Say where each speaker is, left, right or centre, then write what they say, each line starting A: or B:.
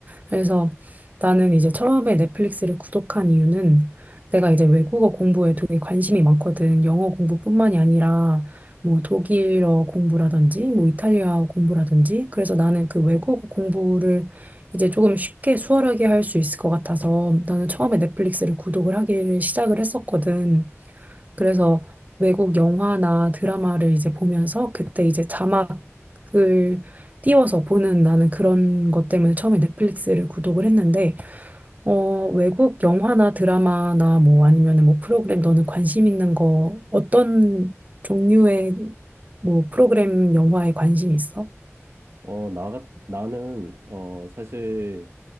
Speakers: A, on the right; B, on the right.
A: 그래서 나는 이제 처음에 넷플릭스를 구독한 이유는 내가 이제 외국어 공부에 되게 관심이 많거든. 영어 공부뿐만이 아니라 뭐 독일어 공부라든지 뭐 이탈리아어 공부라든지. 그래서 나는 그 외국어 공부를 이제 조금 쉽게 수월하게 할 수 있을 것 같아서 나는 처음에 넷플릭스를 구독을 하기를 시작을 했었거든. 그래서 외국 영화나 드라마를 이제 보면서 그때 이제 자막을 띄워서 보는 나는 그런 것 때문에 처음에 넷플릭스를 구독을 했는데 어, 외국 영화나 드라마나 뭐 아니면 뭐 프로그램 너는 관심 있는 거 어떤 종류의 뭐 프로그램 영화에 관심 있어?
B: 어, 나, 같- 나는, 어, 사실